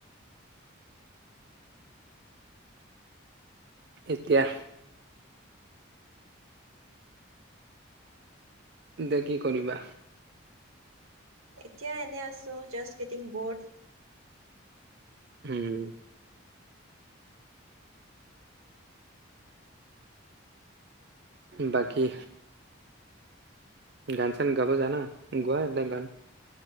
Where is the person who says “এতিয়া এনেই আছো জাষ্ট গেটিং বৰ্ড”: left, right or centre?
Right